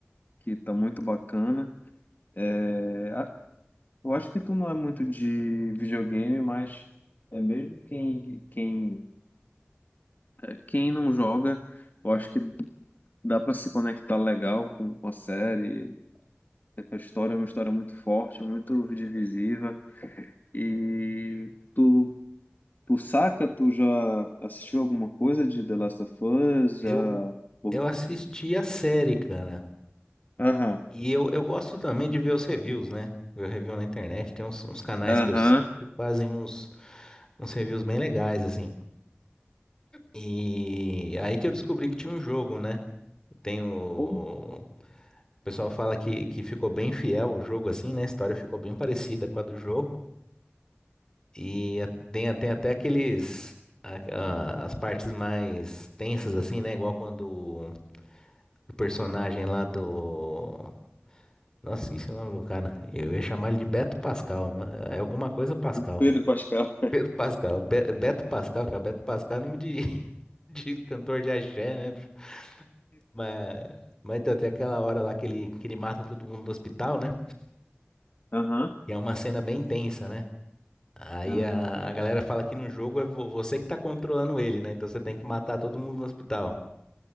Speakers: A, on the left; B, on the left.
A: que tá muito bacana. É, a- eu acho que tu não é muito de videogame, mas é mesmo quem, quem, é, quem não joga, eu acho que dá para se conectar legal com, com a série. A história é uma história muito forte, muito divisiva, e tu Tu saca? Tu já assistiu alguma coisa de The Last of Us?
B: Eu,
A: Já. Ou-
B: eu assisti a série, cara.
A: Aham,
B: E eu, eu gosto também de ver os reviews, né? Ver o review na internet. Tem uns, uns canais
A: aham.
B: que eu sigo que fazem uns, uns reviews bem legais, assim. E aí que eu descobri que tinha um jogo, né? Tem o...
A: Ou
B: O pessoal fala que, que ficou bem fiel o jogo, assim, né? A história ficou bem parecida com a do jogo. E a- tem, a- tem até aqueles. a- a- as partes mais tensas, assim, né? Igual quando o personagem lá do. Nossa, esqueci o nome do cara. Eu ia chamar ele de Beto Pascal, mas é alguma coisa Pascal.
A: Pedro Pascal.
B: Pedro Pascal. Be- Beto Pascal, cara. Beto Pascal é nome de, <laughs> de cantor de axé, né? bicho? Mas, mas então, tem aquela hora lá que ele, que ele mata todo mundo no hospital, né?
A: Aham,
B: E é uma cena bem tensa, né? Aí
A: aham.
B: a, a galera fala que no jogo é vo- você que tá controlando ele, né? Então você tem que matar todo mundo no hospital.